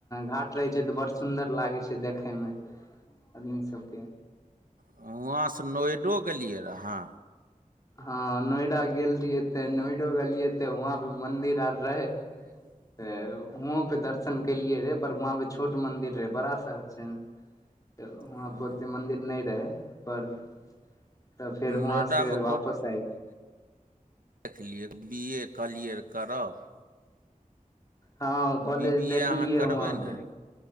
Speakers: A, on the left; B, on the right.
A: घाट रहे छै त बरस सुन्दर लागै छै देखे में आदमी सबके
B: वहाँ सँ नोएडो गेलिये रहे
A: हँ नोएडा गेल रहिये त नोएडो गेलिये त वहाँ पे मंदिर आर रहे
B: <unintelligible>
A: त हुँओ पे दर्शन केलियै रे पर हुआँ पे छोट मन्दिर रहै बड़ा शहर छै ने त वहाँ
B: हँ
A: पर ओते मन्दिर नहि रहै पर त फेर हुआँ
B: नोएडामे
A: से वापस आय
B: देखलिए बी ए कहलिय करब
A: हँ कॉलेज
B: बी बी
A: देखलियै
B: ए अहाँ करबै
A: वहाँ
B: ने
A: पे